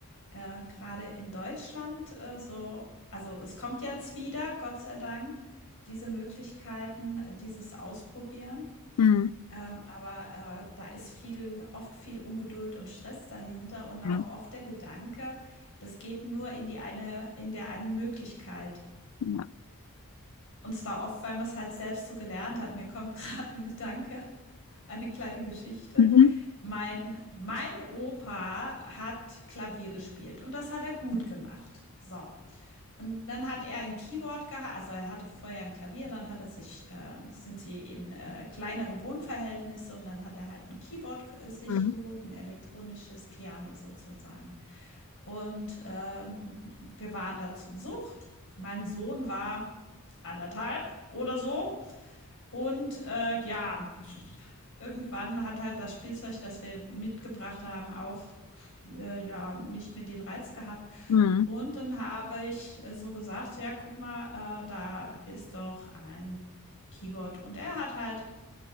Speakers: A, on the left; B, on the left.
A: Äh, grade in Deutschland, äh, so also, es kommt jetzt wieder, Gott sei Dank, diese Möglichkeiten, äh, dieses Ausprobieren.
B: hm,
A: Ähm, aber, äh, da ist viel oft viel Ungeduld und Stress dahinter und auch
B: Ja.
A: oft der Gedanke, das geht nur in die eine in der einen Möglichkeit.
B: Ja.
A: Und zwar oft, weil man es halt selbst so gelernt hat. Mir kommt <laughs> gerade ein Gedanke, eine kleine Geschichte.
B: Mhm.
A: Mein mein Opa hat Klavier gespielt und das hat er gut gemacht. So. Und dann hat er ein Keyboard gehabt, also er hatte vorher ein Klavier, dann hat er sich, äh, sind sie in äh, kleinere Wohnverhältnisse und dann hat er halt ein Keyboard ge- sich
B: Mhm.
A: geholt, ein elektronisches Piano sozusagen. Und ähm, wir waren da zu Besuch. Mein Sohn war anderthalb oder so. Und äh, ja, irgendwann hat halt das Spielzeug, das wir mitgebracht haben, auch äh, ja nicht mehr den Reiz gehabt.
B: Mhm.
A: Und dann habe ich äh, so gesagt, ja, guck mal, äh, da ist doch ein Keyboard. Und er hat halt